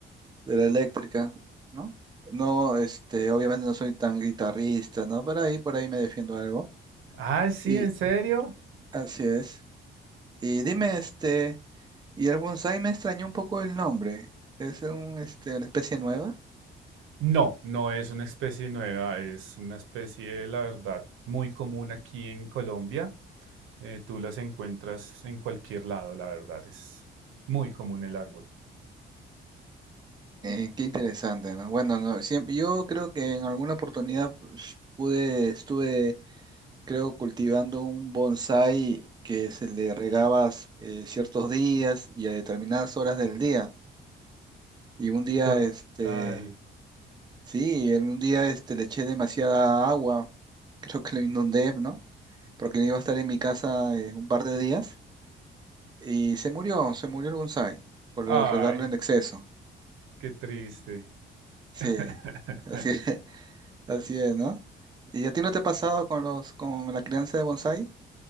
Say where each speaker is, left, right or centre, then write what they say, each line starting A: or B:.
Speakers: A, on the right; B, on the right.
A: de la eléctrica, ¿no? No, este, obviamente no soy tan guitarrista, ¿no? Pero ahí, por ahí me defiendo algo.
B: Ah, sí,
A: Y
B: ¿en serio?
A: así es. Y dime, este. Y el bonsái me extrañó un poco el nombre. Es un, este, una especie nueva.
B: No, no es una especie nueva, es una especie, la verdad, muy común aquí en Colombia. Eh, tú las encuentras en cualquier lado, la verdad. Es muy común el árbol.
A: Eh, qué interesante, ¿no? Bueno, no, siempre, yo creo que en alguna oportunidad pues, pude, estuve, creo, cultivando un bonsái que se le regabas eh, ciertos días y a determinadas horas del día. Y un día,
B: Total.
A: este, sí, en un día este, le eché demasiada agua, creo que lo inundé, ¿no? Porque no iba a estar en mi casa eh, un par de días. Y se murió, se murió el bonsái por
B: Ay,
A: eh, regarlo en exceso.
B: qué triste.
A: Sí,
B: <laughs>
A: así es, <laughs> así es, ¿no? ¿Y a ti no te ha pasado con los, con la crianza de bonsái?